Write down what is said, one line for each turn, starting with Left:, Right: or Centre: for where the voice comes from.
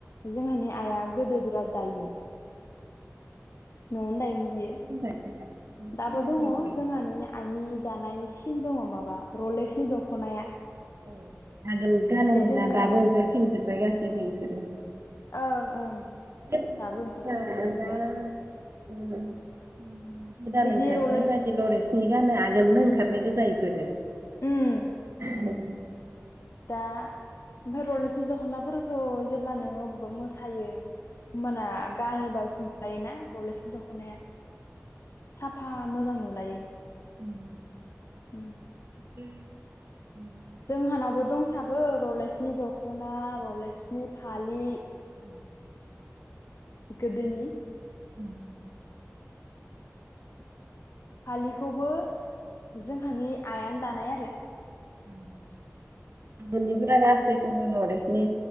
Left: जोंहानि आइआ गोदो बिराद दायोमोन। न'आवनो दायोमोन यो
Right: लोमजायो दासिम
Left: दाबो
Right: नांलायबाय
Left: दङ जोंहानि आइनि दानाय सिन दङ माबा रलेक्सनि दख'नाया
Right: औ आगोल गानो
Left: बिदिया
Right: मोनना
Left: दोङो
Right: दाबो
Left: आरो
Right: ओंखार फिनजोबबाय गासै बेफोरो
Left: ओं ओं।
Right: <unintelligible>
Left: दाबो ओंखारफिनजोबबाय बिदिया
Right: गोदान
Left: बिदि
Right: ओंखारदों
Left: रलेक्स
Right: दाजि लरेन्सनि गानो आगोलनो ओंखारनाय गो
Left: उम
Right: <unintelligible>
Left: दा ओमफाय रलेक्स दखनाफोर खौ जेब्ला नोङो अब्बा मोसायो होमबाना गानोबासो जायोना <unintelligible> दख'नाया साब फा मोजां नुलायो।
Right: उम
Left: उम
Right: उम
Left: जोंहानावबो दंसाबो रलेेक्सनि दख'ना रलेेक्सनि फालि।
Right: <inaudible>
Left: गोदोनि
Right: उम
Left: फालिखौबो जोंहानि आइयानो दानाय <unintelligible>
Right: <inaudible> गोदोनिफोरा गासैखौबो लरेक्सनि